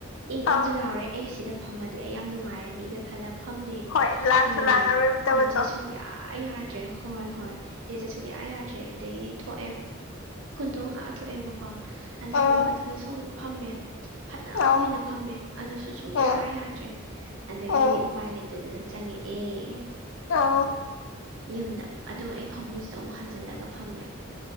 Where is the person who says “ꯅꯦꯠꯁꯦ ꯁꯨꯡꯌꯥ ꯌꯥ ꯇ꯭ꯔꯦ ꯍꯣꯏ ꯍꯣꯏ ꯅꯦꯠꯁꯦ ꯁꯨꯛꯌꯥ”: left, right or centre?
Right